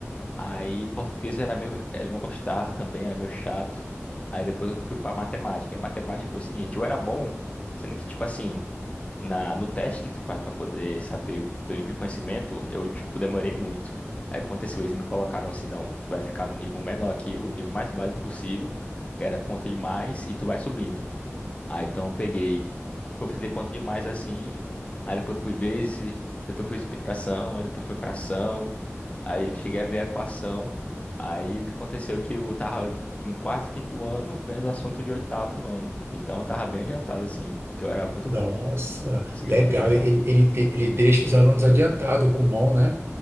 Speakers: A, on the left; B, on the right.
A: Aí português era meio, eu não gostava também, era meio chato. Aí depois eu fui pra matemática. E matemática foi o seguinte, eu era bom, sendo que tipo assim, na no teste que tu faz pra poder saber o teu nível de conhecimento, eu tipo demorei muito. Aí aconteceu, eles me colocaram assim, não, tu vai ficar no nível menor aqui, o nível mais básico possível, que era conta de mais e tu vai subindo. Aí então eu peguei, eu fazer conta de mais assim, aí depois fui vezes, depois foi subtração, aí depois foi fração. Aí que cheguei a ver a equação. Aí o que aconteceu? é Que eu tava no quarto, quinto ano vendo assunto de oitavo, nono. Então eu tava bem adiantado, assim, que eu era muito
B: nossa,
A: bom. com- Conseguia
B: legal.
A: evoluir bastante.
B: Ele, ele, de- ele deixa os alunos adiantados com mão, né?